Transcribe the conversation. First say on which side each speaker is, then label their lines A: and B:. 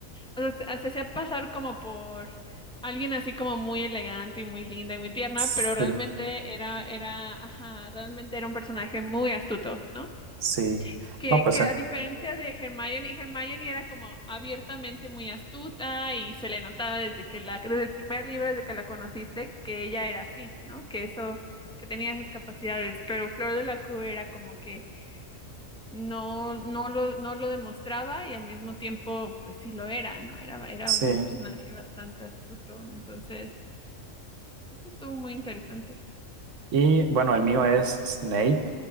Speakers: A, in the centre; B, on the right.
A: o sea, se se hacía pasar como por alguien así como muy elegante y muy linda y muy tierna,
B: Sí,
A: pero realmente era, era, ajá, realmente era un personaje muy astuto, ¿no?
B: sí.
A: Que,
B: No, pues
A: que
B: eh,
A: a diferencia de Hermione, Hermione era como abiertamente muy astuta y se le notaba desde que la, desde el primer libro, desde que la conociste, que ella era así, ¿no? Que eso, que tenía esas capacidades, pero Flor de la Cueva era como que no, no lo, no lo demostraba y al mismo tiempo, pues sí lo era, ¿no? Era, era
B: sí.
A: un personaje bastante astuto, entonces, eso estuvo muy interesante.
B: Y bueno, el mío es Snape.